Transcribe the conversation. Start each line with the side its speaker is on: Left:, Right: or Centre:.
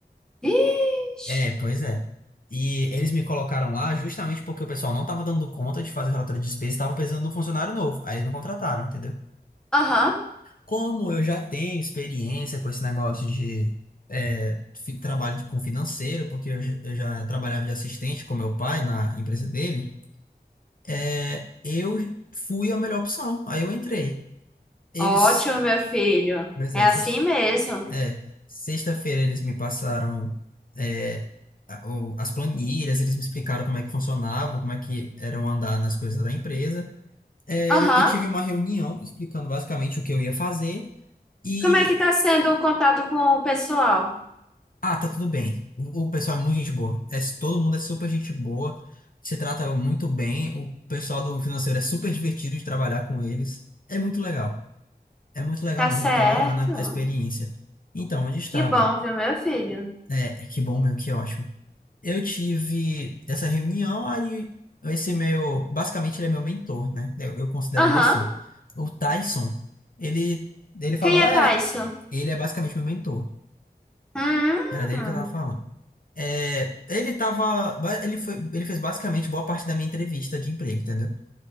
Centre: Ixi.
Left: É, pois é. E eles me colocaram lá justamente porque o pessoal não estava dando conta de fazer relatório de despesa, e estava precisando de um funcionário novo. Aí eles me contrataram, entendeu?
Centre: Aham.
Left: Como eu já tenho experiência com esse negócio de é, fi- trabalho de- com financeiro, porque eu, j- eu já trabalhava de assistente com meu pai na empresa dele, é, eu fui a melhor opção. Aí eu entrei. Eles.
Centre: Ótimo, meu filho.
Left: Mas
Centre: É
Left: é,
Centre: assim mesmo.
Left: É, sexta-feira eles me passaram é, a- o- as planilhas, eles me explicaram como é que funcionavam, como é que eram andar nas coisas da empresa. É,
Centre: Aham.
Left: eu tive uma reunião explicando basicamente o que eu ia fazer e,
Centre: Como é que tá sendo o contato com o pessoal?
Left: ah, tá tudo bem. O, o pessoal é muito gente boa. É, todo mundo é super gente boa, se trata muito bem. O pessoal do financeiro é super divertido de trabalhar com eles. É muito legal. É muito legal
Centre: Tá
Left: mesmo.
Centre: certo.
Left: Eu tô adorando a, a experiência. Então, onde estava?
Centre: Que bom, viu, meu filho?
Left: É, que bom mesmo, que ótimo. eu tive essa reunião, aí esse meu, basicamente ele é meu mentor, né? Eu, eu considero
Centre: Aham.
Left: ele assim. O Tyson, ele, ele falou,
Centre: Quem é
Left: é,
Centre: Tyson?
Left: ele é basicamente meu mentor.
Centre: Hum,
Left: Era dele que eu tava falando. É, ele tava, ba- ele foi, ele fez basicamente boa parte da minha entrevista de emprego, entendeu?